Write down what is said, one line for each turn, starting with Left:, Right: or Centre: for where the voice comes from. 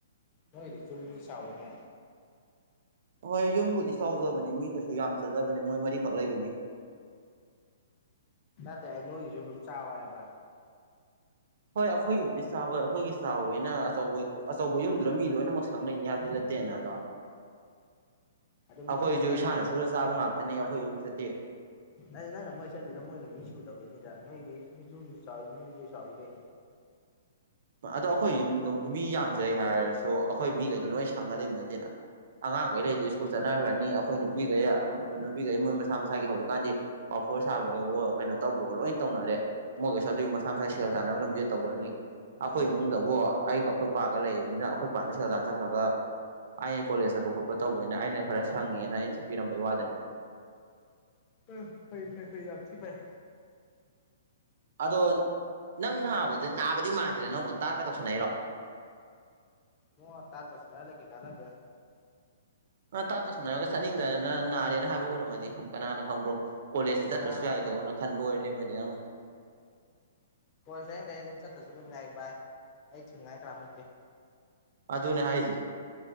Left: ꯅꯣꯏꯗꯤ ꯖꯨꯝꯗꯤ ꯆꯥꯎꯏꯅꯦ
Right: ꯍꯣꯏ ꯌꯨꯝꯕꯨꯗꯤ ꯆꯥꯎꯖꯕꯅꯤ ꯃꯤ ꯀꯩꯁꯨ ꯌꯥꯝꯖꯗꯕꯅꯦ ꯃꯣꯏ ꯃꯔꯤꯈꯛ ꯂꯩꯕꯅꯤ
Left: ꯆꯠꯇꯦ ꯍꯥꯏ ꯅꯣꯏꯒꯤꯁꯨ ꯑꯗꯨꯝ ꯆꯥꯎꯋꯦ ꯍꯥꯏꯕ
Right: ꯍꯣꯏ ꯑꯩꯈꯣꯏꯒꯤꯕꯨꯗꯤ ꯆꯥꯎꯋꯦ ꯑꯩꯈꯣꯏꯒꯤ ꯆꯥꯎꯋꯦꯅ ꯑꯆꯧꯕ ꯑꯆꯧꯕ ꯌꯨꯝꯗꯨꯗ ꯃꯤ ꯂꯣꯏꯅꯃꯛ ꯁꯪ ꯂꯩꯅꯤ ꯍꯥꯏꯕꯗꯤ ꯂꯩꯇꯦ ꯇꯦꯅꯗꯣ
Left: ꯑꯗꯨ ꯃꯣꯏꯅ
Right: ꯑꯩꯈꯣꯏꯁꯨ
Left: ꯅꯪ
Right: ꯏꯁꯥꯅ ꯁꯨꯔ ꯆꯥꯕ ꯉꯥꯛꯇꯅꯤ ꯑꯩꯈꯣꯏ ꯌꯨꯝꯗꯗꯤ
Left: ꯍꯥꯏꯗꯤ ꯅꯪꯅ ꯃꯥꯏ ꯆꯠꯂꯤꯗꯣ ꯃꯣꯏ ꯃꯤ ꯁꯨꯗꯕꯒꯤ ꯌꯥ ꯃꯤꯖ ꯆ ꯃꯤꯁꯦ ꯆꯗ
Right: ꯑꯗꯣ ꯑꯩꯈꯣꯏ ꯌꯨꯝ ꯑꯗꯨꯝ ꯃꯤ ꯌꯥꯝꯖꯩ ꯍꯥꯏꯔꯁꯨ ꯑꯩꯈꯣꯏ ꯃꯤꯈꯩꯗꯣ ꯂꯣꯏ ꯁꯪꯒ ꯂꯩꯕ ꯅꯠꯇꯦꯅ ꯑꯉꯥꯡꯈꯩ ꯂꯩꯗꯨ ꯁ꯭ꯀꯨꯜ ꯆꯠꯅꯈ꯭ꯔꯅꯤ ꯑꯩꯈꯣꯏ ꯅꯨꯄꯤꯈꯩ ꯅꯨꯄꯤꯈꯩ ꯃꯣꯏ ꯃꯁꯥ ꯃꯁꯥꯒꯤ ꯍꯧꯖꯤꯛꯀꯥꯟꯗꯤ ꯐꯣꯔ ꯁꯥꯕꯩ ꯀꯩꯅꯣ ꯇꯧꯕꯒꯣ ꯂꯣꯏ ꯇꯧꯅꯔꯦ ꯃꯣꯏꯒꯁꯨ ꯑꯗꯨꯒꯤ ꯃꯁꯥ ꯃꯁꯥ ꯁꯦꯜ ꯇꯥꯟꯅꯕ ꯂꯝꯕꯤ ꯇꯧꯈ꯭ꯔꯅꯤ ꯑꯩꯈꯣꯏ ꯏꯃꯨꯡꯗꯕꯨ ꯑꯩꯒ ꯑꯩꯈꯣꯏ ꯄꯥꯒ ꯂꯩꯕꯅꯤꯅ ꯑꯩꯈꯣꯏ ꯄꯥꯅ ꯁꯦꯜ ꯇꯥꯟꯖꯈ꯭ꯔꯒ ꯑꯩꯩꯅ ꯀꯣꯂꯦꯖ ꯆꯠꯄ ꯈꯣꯠꯄ ꯇꯧꯕꯅꯤꯅ ꯑꯩꯅ ꯈꯔ ꯁꯪꯉꯦꯅ ꯑꯩꯅ ꯆꯠꯄꯤꯔꯝꯕꯩ ꯋꯥꯗꯅꯤ
Left: ꯑꯥ ꯐꯩ ꯐꯩ ꯐꯩ ꯌꯝ ꯊꯤ ꯐꯩ
Right: ꯑꯗꯣ ꯅꯪ ꯅꯥꯕꯗ ꯅꯥꯕꯗꯤ ꯃꯥꯟꯗꯦꯗ ꯅꯪꯕꯨ ꯇꯥꯠꯀ ꯇꯧꯁꯟꯅꯩꯔꯣ
Left: ꯑꯣ ꯇꯥꯠ ꯇꯔꯁꯨꯅ ꯂꯩ ꯀꯦ ꯀꯥꯟꯅ ꯀꯦ
Right: ꯑ ꯇꯥꯠ ꯇꯥꯁꯟꯅꯔꯒ ꯆꯠꯅꯤꯡꯗꯗꯅ ꯅꯥꯔꯦꯅ ꯍꯥꯏꯕ ꯑꯣꯏꯔꯝꯃꯗꯤ ꯀꯅꯥꯅ ꯈꯪꯕ꯭ꯔꯣ ꯀꯣꯂꯦꯖꯇꯤ ꯆꯠꯇ꯭ꯔꯁꯨ
Left: ꯑꯥ
Right: ꯌꯥꯏꯗꯣꯅ ꯈꯟꯕ ꯑꯣꯏꯔ ꯂꯩꯔꯃꯗꯤ ꯅꯪꯅ
Left: ꯀꯣꯜꯁꯦ ꯑꯩꯅ ꯑꯩ ꯑꯗꯨꯝ ꯆꯠꯇꯔꯁꯨ ꯑꯗꯨꯝ ꯌꯥꯏ ꯚꯏ ꯑꯩ ꯊꯤꯡꯅꯤꯉꯥꯏ ꯀꯟꯅꯝ ꯂꯩꯇꯦ
Right: ꯑꯗꯨꯅꯦ ꯍꯥꯏꯖꯔꯤ